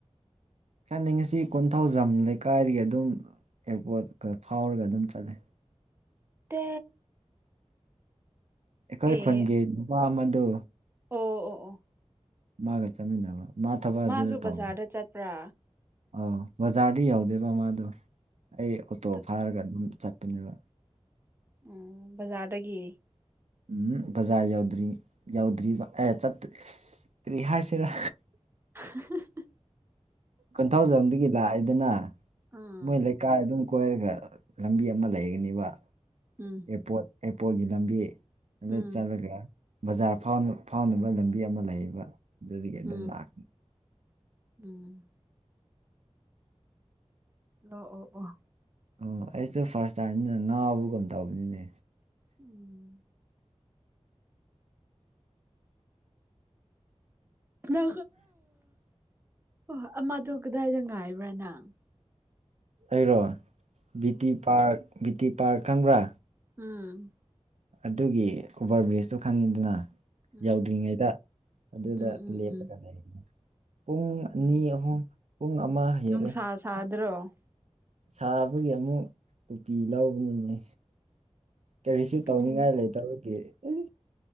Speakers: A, on the right; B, on the right.
A: ꯍꯥꯏꯥꯟꯗꯤ ꯉꯁꯤ ꯀꯣꯟꯊꯧꯖꯝ ꯂꯩꯀꯥꯏꯗꯒꯤ ꯑꯗꯨꯝ ꯑꯦꯌꯥꯔꯄꯣꯔꯠ ꯈꯔ ꯐꯥꯎꯔꯒ ꯑꯗꯨꯝ ꯆꯠꯂꯦ
B: ꯇꯦ
A: ꯑꯩꯈꯣꯏ
B: ꯑꯦ
A: ꯈꯪꯒꯦ ꯅꯨꯄꯥ ꯑꯃ ꯑꯗꯨ
B: ꯑꯣ ꯑꯣ ꯑꯣ
A: ꯃꯥꯒ ꯆꯠꯃꯤꯟꯅꯕ ꯃꯥ ꯊꯕꯛ
B: ꯃꯥꯁꯨ
A: ꯑꯗꯨꯗ ꯇꯧꯕ
B: ꯕꯖꯥꯔꯗ ꯆꯠꯄ꯭ꯔꯥ
A: ꯑꯥꯎ ꯕꯖꯥꯔꯗꯤ ꯌꯧꯗꯦꯕ ꯃꯥꯗꯣ ꯑꯩ ꯑꯣꯇꯣ
B: ꯑꯗꯨ
A: ꯐꯥꯔꯒ ꯑꯗꯨꯝ ꯆꯠꯄꯅꯦꯕ
B: ꯎꯝ ꯕꯖꯥꯔꯗꯒꯤ
A: ꯎꯝ ꯕꯖꯥꯔ ꯌꯗ꯭ꯔꯤ ꯌꯧꯗ꯭ꯔꯤꯕ ꯑꯦ ꯆ ꯀꯔꯤ ꯍꯥꯏꯁꯤꯔꯥ
B: <inaudible>
A: ꯀꯣꯟꯊꯧꯖꯝꯗꯒꯤ ꯂꯥꯛꯑꯦꯗꯅ
B: ꯎꯝ
A: ꯃꯣꯏ ꯂꯩ ꯀꯥꯏ ꯑꯗꯨꯝ ꯏꯁꯀ꯭ꯋꯥꯔꯒ ꯂꯝꯕꯤ ꯑꯃ ꯂꯩꯒꯅꯤꯕ
B: ꯎꯝ
A: ꯏꯄꯣ ꯑꯦꯔꯄꯣꯔꯠꯒꯤ ꯂꯝꯕꯤ ꯑꯗꯨꯗ
B: ꯎꯝ
A: ꯆꯠꯂꯒ ꯕꯖꯥꯔ ꯐꯥꯎ ꯐꯥꯎꯅꯕ ꯂꯝꯕꯤ ꯑꯃ ꯂꯩꯌꯦꯕ ꯑꯗꯨꯗꯤ ꯀꯩ ꯑꯗꯨꯝ
B: ꯎꯝ
A: ꯂꯥꯛꯀꯅꯤ
B: ꯎꯝ ꯂ ꯑꯣ ꯑꯣ
A: ꯑꯣ ꯑꯩꯁꯨꯦ ꯐꯥꯔꯁ ꯇꯥꯏꯝꯁꯤꯅ ꯉꯥꯕꯨꯒꯝ ꯇꯧꯕꯅꯤꯅꯦ
B: ꯎꯝ ꯑ ꯍꯣꯏ ꯑꯃꯗ ꯀꯗꯥꯏꯗ ꯉꯥꯏꯕ꯭ꯔꯥꯅꯪ
A: ꯑꯩꯔꯣ ꯕꯤꯇꯤ ꯄꯥꯔꯛ ꯕꯤꯌꯨꯇꯤ ꯄꯥꯔ ꯈꯪꯕ꯭ꯔꯥ
B: ꯎꯝ
A: ꯑꯗꯨꯒꯤ ꯎꯚꯔ ꯕ꯭ꯔꯤꯖꯇꯨ ꯈꯪꯉꯤꯗꯅ
B: ꯎꯝ
A: ꯌꯧꯗ꯭ꯔꯤꯉꯩꯗ ꯑꯗꯨꯗ
B: ꯎꯝ ꯎꯝ
A: ꯂꯦꯞꯄꯒ
B: ꯎꯝ
A: ꯂꯩ ꯄꯨꯡ
B: ꯎꯝ
A: ꯑꯅꯤ ꯑꯍꯨꯝ ꯄꯨꯡ ꯑꯃ ꯍꯌꯦꯦꯜꯂꯦ
B: ꯅꯨꯡꯁꯥ ꯁꯥꯗ꯭ꯔꯣ
A: ꯑꯁ ꯁꯥꯕꯒꯤ ꯑꯃꯨꯛ ꯀꯨꯄꯤ ꯂꯧꯕꯅꯤ ꯀꯔꯤꯁꯤ ꯇꯧꯅꯤꯡꯉꯥꯏ
B: ꯎꯝ
A: ꯂꯩꯇꯕꯒꯤ ꯎꯝ